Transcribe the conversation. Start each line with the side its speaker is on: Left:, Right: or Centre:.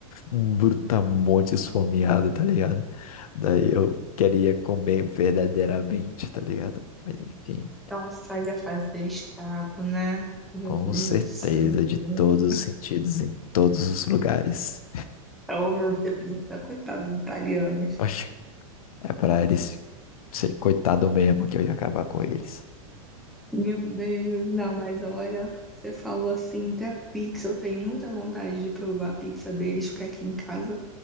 Left: um brutamonte esfomeado, tá ligado? Daí eu queria comer verdadeiramente, tá ligado? Mas enfim,
Centre: Nossa, ia fazer estrago, né? Meu
Left: com
Centre: Deus
Left: certeza,
Centre: do céu.
Left: de todos os sentidos, em todos os lugares.
Centre: Oh, meu Deus do céu, coitados dos italianos.
Left: Oxe, é para eles ser coitado mesmo que eu ia acabar com eles.
Centre: Meu Deus, não, mas olha, você falou assim da pizza. Eu tenho muita vontade de provar a pizza deles, porque aqui em casa